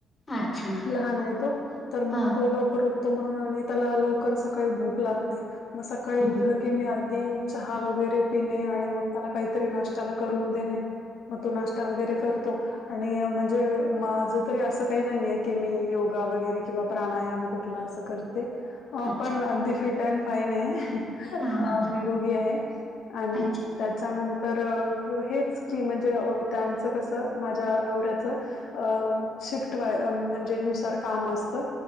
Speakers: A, on the left (about 25°); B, on the left (about 75°).
A: अच्छा
B: लहान आहे तो, तर मग
A: हा
B: तो लवकर उठ म्हणून, त्याला लवकर सकाळी भूक लागते, मग सकाळी
A: हम्म
B: उठल की मी ते, चहा वगैरे पिणे आणि मग त्याला काहीतरी नाश्त्याला करून देणे! मग तो नाश्ता वगैरे कर तो आणि म्हणजे माझं तरी अस काही नाहीये की मी योगा वगैरे किंवा प्राणायाम कुठला असं करते.
A: अच्छा
B: पण अगदी फिट अँड फाईन आहे, अं
A: हां.
B: निरोगी आहे. आणि
A: अच्छा
B: त्याच्यानंत तर हेच की म्हणजे अ त्यांचं कसं माझ्या नवऱ्याचं अ शिफ्ट वाय म्हणजे नुसार काम असतं